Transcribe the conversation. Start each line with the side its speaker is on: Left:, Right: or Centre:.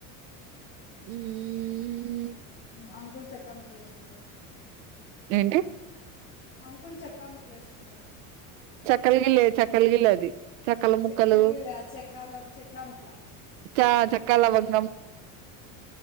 Right: ఉమ్
Left: ఉ అంకుల్ చెక్కా ముక్కలువేసుకున్నాడు.
Right: ఏంటి
Left: అంకుల్ చెక్కా ముక్కలేసుకున్నాడు.
Right: చక్కల గిలిగిల్లే చక్కల గిలిగిల్లే అది చక్కల ముక్కలు
Left: చెక్కిలి చెక్కాల చెక్లా ముక్లా
Right: చ చెక్కాలవంగం